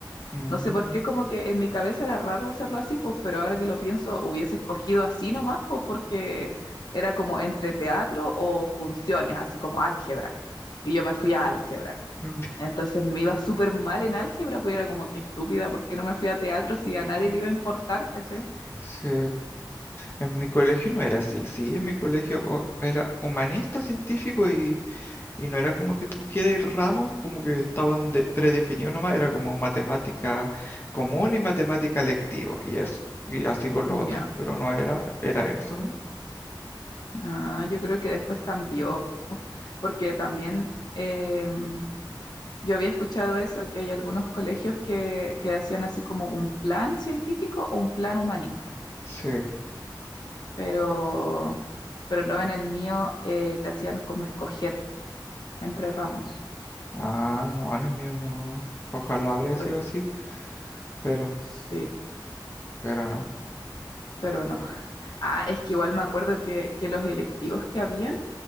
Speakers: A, on the left (about 30°); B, on the left (about 60°).
A: mm,
B: No sé por qué, como que en mi cabeza era raro hacerlo así, pues, pero ahora que lo pienso, hubiese escogido así nomás, pues, porque era como entre teatro o funciones, así como álgebra. Y yo me fui a álgebra.
A: mm,
B: Entonces me iba súper mal en álgebra, pues era como que estúpida, ¿por qué no me fui a teatro si a nadie le iba a importar, ¿cachai?
A: sí. En mi colegio no era así, sí, en mi colegio oh, era humanista, científico Y no era como que escogía de ramos, como que estaban de- predefinidos nomás, era como matemática común y matemática lectiva, y eso, y así con
B: Ya,
A: lo otro, pero no era, era eso nomás.
B: Ah, yo creo que después cambió, porque también em, yo había escuchado eso, que hay algunos colegios que, que hacían así como un plan científico o un plan humanista,
A: Sí.
B: pero, pero no en el mío eh, te hacían como escoger entre ramos.
A: Ah, no, en el mío no. Ojalá habría
B: por
A: sido
B: e-
A: así, pero,
B: sí,
A: pero no.
B: pero no. Ah, es que igual me acuerdo que, que los electivos que habían